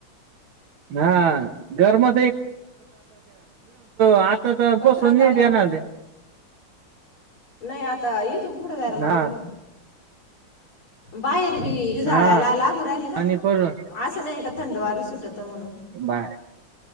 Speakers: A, on the right; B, on the left.
A: हा गरम आता तर
B: पत्रा
A: बसून नाही
B: तापत.
A: देणार ते
B: नाही आता येेतून पुढं गरम
A: हा
B: लागन, बाहेर बी झळायला
A: हा
B: लागू राहिल ना.
A: आणि पडलो
B: हा असं नाही का थंडवार सु सुटत म्हणून
A: बाय